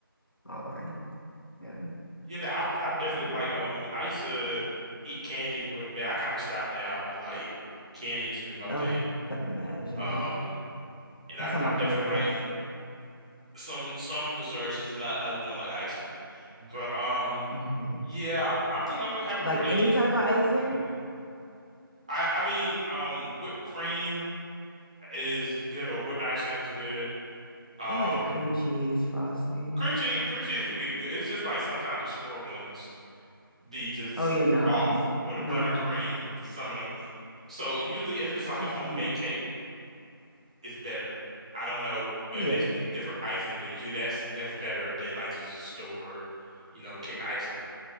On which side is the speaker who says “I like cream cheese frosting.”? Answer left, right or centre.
Left